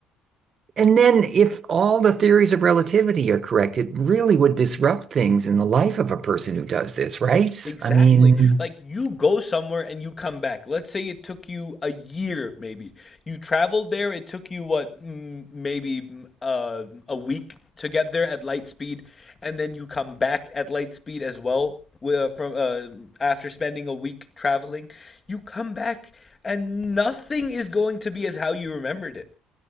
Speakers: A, on the right; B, on the left.
A: And then, if all the theories of relativity are correct, it really would disrupt things in the life of a person who does this, right?
B: Exactly.
A: I mean,
B: Like you go somewhere and you come back. Let's say it took you a year, maybe. You traveled there. It took you what, mm, maybe mm, uh, a week to get there at light speed, and then you come back at light speed as well. wi- uh, From uh, after spending a week traveling, you come back and nothing is going to be as how you remembered it.